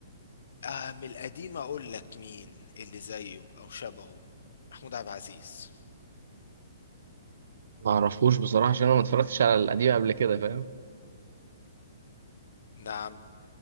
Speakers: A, on the left; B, on the right.
A: آه من القديم اقول لك مين اللي زيه او شبهه محمود عبد العزيز
B: ما اعرفوش بصراحه عشان انا ما اتفرجتش على القديم قبل كده فاهم
A: نعم